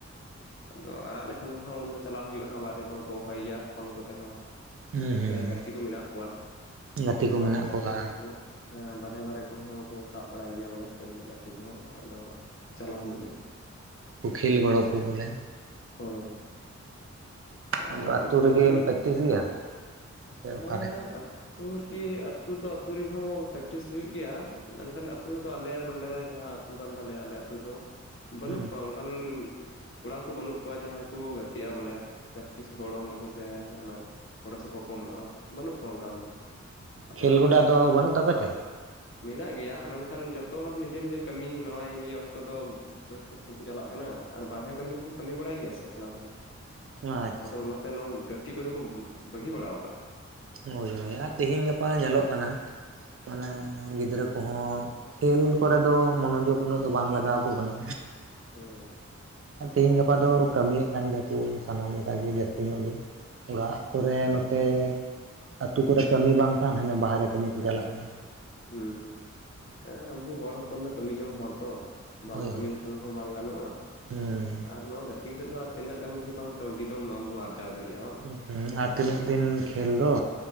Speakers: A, on the left; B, on the right.
A: ᱟᱫᱚ ᱟᱲᱟᱜ ᱞᱮᱠᱷᱟᱱ ᱠᱚ ᱦᱟᱸᱜ ᱩᱱ ᱫᱚ ᱪᱟᱞᱟᱣ ᱦᱩᱭᱩᱜᱼᱟ ᱵᱟᱨᱦᱮ ᱠᱚᱦᱚᱸ ᱠᱚ ᱦᱚᱦᱚᱭ ᱜᱮᱭᱟ ᱯᱷᱳᱱ ᱠᱚᱛᱮ ᱦᱚᱸ᱾
B: ᱦᱩᱸ
A: ᱥᱮ
B: ᱦᱩᱸ
A: ᱜᱟᱛᱮ ᱠᱚ ᱢᱮᱱᱟᱜ ᱠᱚᱣᱟ
B: ᱜᱟᱛᱮ ᱠᱚ
A: ᱵᱟᱦᱨᱮ
B: ᱢᱮᱱᱟᱜ
A: ᱵᱟᱦᱨᱮ
B: ᱠᱚᱣᱟ
A: ᱠᱚ ᱠᱚ᱾ ᱦᱮᱸ ᱵᱟᱨᱦᱮ ᱵᱟᱨᱨᱮ ᱠᱚᱦᱚᱸ ᱠᱚ ᱥᱟᱵ ᱵᱟᱲᱟᱭ ᱜᱮᱭᱟ ᱵᱚᱞᱮ ᱠᱷᱮᱞ ᱜᱟᱛᱮ ᱠᱚᱦᱚᱸ ᱟᱫᱚᱼᱼ ᱪᱟᱞᱟᱣ ᱦᱩᱭᱩᱜ ᱜᱮᱭᱟ᱾
B: ᱠᱷᱮᱞ ᱜᱚᱲᱚ ᱠᱚ ᱵᱚᱞᱮ᱾
A: ᱦᱳᱭ᱾ ᱟᱨ
B: ᱟᱫᱚ ᱟᱹᱛᱩ
A: ᱢᱚᱴᱟᱢᱩᱴᱤ
B: ᱨᱮᱜᱮᱢ ᱯᱨᱮᱠᱴᱤᱥ ᱜᱮᱭᱟ ᱥᱮ
A: ᱦᱮᱸ᱾
B: ᱚᱠᱟᱨᱮ?
A: ᱟᱹᱛᱩ ᱨᱮᱜᱮ ᱟᱹᱛᱩ ᱫᱚ ᱟᱹᱛᱩ ᱨᱮᱦᱚᱸ ᱯᱨᱮᱠᱴᱤᱥ ᱦᱩᱭᱩᱜ ᱜᱮᱭᱟ ᱢᱮᱱᱠᱷᱟᱱ ᱟᱹᱛᱩ ᱨᱮᱫᱚ ᱟᱞᱮ ᱱᱚᱰᱮ ᱡᱟᱦᱟᱸᱼᱼ ᱟᱹᱛᱩ ᱠᱟᱱ ᱛᱟᱞᱮᱭᱟ ᱟᱞᱮ ᱟᱹᱛᱩ ᱫᱚ᱾ ᱵᱟᱹᱱᱩᱜ
B: ᱦᱩᱸ
A: ᱠᱚᱣᱟ ᱚᱱᱠᱟᱱ ᱠᱚᱲᱟᱠᱩ ᱵᱟᱹᱱᱩᱜ ᱠᱚᱣᱟ ᱡᱟᱦᱟᱸᱭ ᱠᱚ ᱜᱟᱛᱮᱜᱼᱟ ᱵᱚᱞᱮ᱾ ᱯᱨᱮᱠᱴᱤᱥ ᱜᱚᱲᱚᱢ ᱟᱢᱟᱠᱚ ᱥᱮ ᱡᱟᱦᱟᱱᱟᱜ ᱜᱚᱲᱚ ᱥᱚᱯᱚᱦᱚᱫ ᱠᱚ ᱮᱢᱚᱜᱼᱟ ᱵᱟᱹᱱᱩᱜ ᱠᱚᱣᱟ ᱚᱱᱠᱟᱱ ᱫᱚ᱾ ᱟᱫᱚ
B: ᱠᱷᱮᱞ ᱜᱚᱰᱟ ᱫᱚ ᱵᱟᱹᱱᱩᱜ ᱛᱟᱯᱮ ᱛᱮ?
A: ᱢᱮᱱᱟᱜ ᱜᱮᱭᱟ ᱢᱮᱱᱠᱷᱟᱱ ᱡᱚᱛᱚ ᱦᱚᱲ ᱱᱤᱡᱮ ᱱᱤᱡᱮ ᱠᱟᱹᱢᱤ ᱱᱚᱜᱼᱚᱭ ᱱᱤᱭᱟᱹ ᱚᱠᱛᱚ ᱫᱚᱼᱼ ᱵᱟᱹᱫᱽ ᱠᱷᱮᱛ ᱠᱚᱠᱚ ᱪᱟᱞᱟᱜ ᱠᱟᱱᱟ ᱟᱨ ᱵᱟᱨᱦᱮ ᱠᱟᱹᱢᱤ ᱠᱩ ᱠᱟᱹᱢᱤ ᱵᱟᱲᱟᱭ ᱜᱮᱭᱟ ᱥᱮ ᱠᱚᱲᱟ ᱠᱚᱫᱚ᱾
B: ᱟᱪᱪᱷᱟ
A: ᱟᱫᱚ ᱚᱱᱟᱛᱮ ᱱᱚᱣᱟ ᱜᱟᱛᱮᱜ ᱠᱚᱫᱚ ᱠᱚ ᱵᱟᱹᱜᱤ ᱵᱟᱲᱟ ᱟᱠᱟᱜ-ᱟ᱾
B: ᱦᱳᱭ ᱦᱳᱭ ᱟᱨ ᱛᱮᱦᱮᱧ ᱜᱟᱯᱟ ᱧᱮᱞᱚᱜ ᱠᱟᱱᱟ ᱢᱟᱱᱮ ᱜᱤᱫᱽᱨᱟᱹ ᱠᱚᱦᱚᱸᱼᱼ ᱠᱷᱮᱞ ᱠᱚᱨᱮ ᱫᱚ ᱢᱚᱱᱚᱡᱳᱜᱽ ᱩᱱᱟᱹᱜ ᱫᱚ ᱵᱟᱝ ᱞᱟᱜᱟᱣ ᱟᱠᱚ ᱠᱟᱱᱟ᱾
A: ᱦᱳᱭ᱾
B: ᱛᱮᱦᱮᱧ ᱜᱟᱯᱟ ᱫᱚ ᱠᱟᱹᱢᱤᱭᱮᱫ ᱠᱟᱱ ᱜᱮᱭᱟ ᱠᱚ ᱥᱟᱱᱟᱢ ᱞᱮᱠᱟ ᱜᱮ ᱡᱟᱹᱥᱛᱤ ᱧᱚᱜ ᱜᱮ᱾ ᱚᱲᱟᱜ ᱠᱚᱨᱮ ᱱᱚᱛᱮᱼᱼ ᱟᱹᱛᱳ ᱠᱚᱨᱮ ᱠᱟᱹᱢᱤ ᱵᱟᱝᱠᱷᱟᱱ ᱦᱟᱱᱮ ᱵᱟᱦᱨᱮ ᱠᱟᱹᱢᱤ ᱠᱚ ᱪᱟᱞᱟᱜ ᱠᱟᱱᱟ᱾
A: ᱦᱩᱸ ᱦᱩᱸ ᱟᱵᱚ ᱦᱚᱲ ᱦᱚᱯᱚᱱ ᱫᱚ ᱠᱟᱹᱢᱤ ᱡᱚᱢ ᱦᱚᱲ ᱛᱚ᱾ ᱵᱟᱢ
B: ᱦᱳᱭ
A: ᱠᱟᱹᱢᱤ
B: ᱦᱳᱭ
A: ᱞᱮᱠᱷᱟᱱ ᱦᱚᱸ ᱵᱟᱝ ᱜᱟᱱᱚᱜᱼᱟ
B: ᱦᱩᱸ
A: ᱟᱨ ᱱᱚᱣᱟ ᱜᱟᱼᱼ ᱛᱮ ᱟᱛᱮᱫ ᱫᱚ ᱟᱨ ᱛᱤᱱᱟᱹᱜ ᱜᱟᱱ ᱜᱮ ᱵᱟᱝ ᱠᱟᱹᱣᱰᱤ ᱫᱚᱢ᱾ <unintelligible> ᱪᱟᱥ ᱫᱟᱲᱮᱭᱟᱜᱼᱟ ᱟᱢ?
B: ᱦᱩᱸ ᱦᱩᱸ ᱟᱨ ᱛᱤᱱᱟᱹᱜ ᱫᱤᱱ ᱠᱷᱮᱞ ᱫᱚ